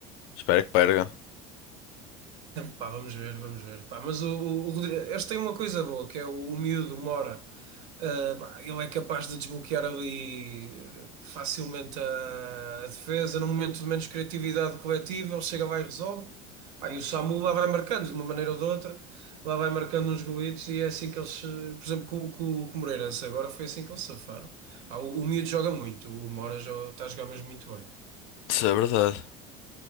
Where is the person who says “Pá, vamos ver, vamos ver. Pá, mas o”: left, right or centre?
Right